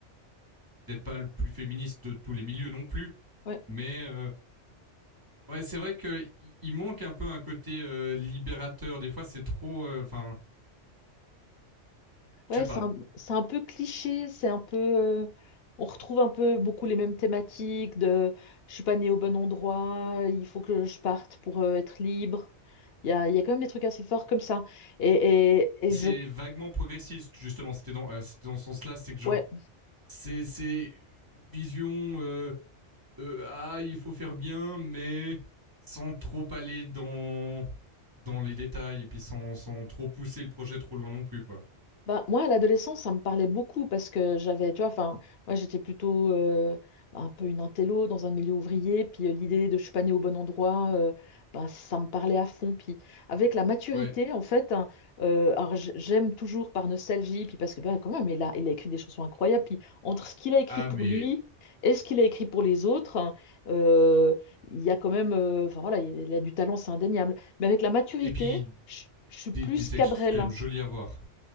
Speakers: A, on the right (about 15°); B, on the left (about 60°).
A: peut-être pas le plus féministe de tous les milieux non plus,
B: ouais,
A: mais euh, ouais, c'est vrai que il- manque un peu un côté euh, libérateur. Des fois, c'est trop, euh, enfin, euh, je
B: ouais,
A: sais pas.
B: c'est un, c'est un peu cliché, c'est un peu. euh, on retrouve un peu beaucoup les mêmes thématiques de je suis pas née au bon endroit, il faut que je parte pour euh, être libre. Il y a, il y a quand même des trucs assez forts comme ça. Et, et,
A: Puis
B: et je.
A: c'est vaguement progressiste justement. C'était dans, euh, c'était dans ce sens-là, c'est que genre,
B: ouais,
A: c'est, c'est une vision euh, euh, ah, il faut faire bien, mais sans trop aller dans dans les détails et puis sans, sans trop pousser le projet trop loin non plus, quoi.
B: Bah, moi, à l'adolescence, ça me parlait beaucoup parce que j'avais, tu vois, enfin, moi, j'étais plutôt euh, un peu une intello dans un milieu ouvrier, puis euh, l'idée de je suis pas née au bon endroit, euh, bah, ça me parlait à fond. Puis avec la maturité,
A: Ouais.
B: en fait, hein, euh, alors j- j'aime toujours par nostalgie, puis parce que bah, quand même, il a, il a écrit des chansons incroyables, puis entre ce qu'il a écrit
A: Ah,
B: pour
A: mais
B: lui et ce qu'il a écrit pour les autres, hein, euh, il y a quand même, euh, enfin voilà, il y a du talent, c'est indéniable. Mais avec la maturité,
A: et puis
B: je je suis
A: des,
B: plus
A: des textes
B: Cabrel.
A: quand même
B: hein.
A: jolis à voir.